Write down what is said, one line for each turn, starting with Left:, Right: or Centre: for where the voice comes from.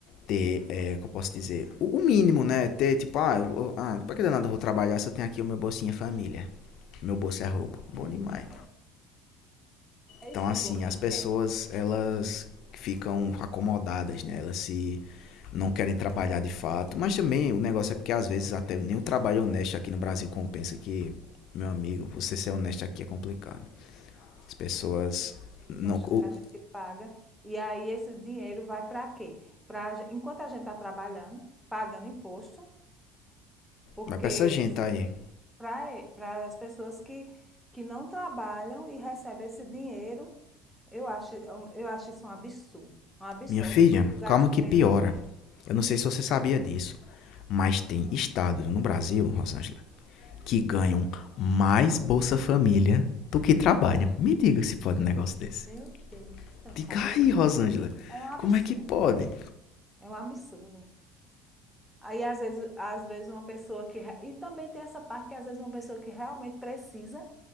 Left: ter, é, que eu posso dizer, o, o mínimo, né? Ter tipo, ah, eu, ah, pra que danado eu vou trabalhar se eu tenho aqui o meu bolsinha família? Meu bolso é roubo. Bom demais.
Centre: Pois é, é
Left: Então,
Centre: isso
Left: assim,
Centre: que o governo
Left: as pessoas
Centre: quer.
Left: elas ficam acomodadas, né? Elas se. Não querem trabalhar de fato, mas também o negócio é porque às vezes até nem o trabalho honesto aqui no Brasil compensa que, meu amigo, você ser honesto aqui é complicado. As pessoas
Centre: Esses
Left: não,
Centre: impostos
Left: o-
Centre: que a gente paga, e aí esse dinheiro vai para quê? Pra, gen- enquanto a gente está trabalhando, pagando imposto, porque
Left: Vai pra essa gente aí.
Centre: para as pessoas que, que não trabalham e recebem esse dinheiro, eu acho, eu acho isso um absurdo. Um absurdo.
Left: Minha filha,
Centre: Lugares
Left: calma
Centre: de primeiro
Left: que piora.
Centre: mundo.
Left: Eu não sei se você sabia disso, mas tem estados no Brasil, Rosângela, que ganham mais Bolsa Família do que trabalham. Me diga se pode um negócio desse.
Centre: Meu Deus, eu
Left: Diga
Centre: não sabia
Left: aí,
Centre: não.
Left: Rosângela,
Centre: É um absurdo.
Left: como é que pode?
Centre: É um absurdo. Aí, às vezes, às vezes, uma pessoa que. re- E também tem essa parte que, às vezes, uma pessoa que realmente precisa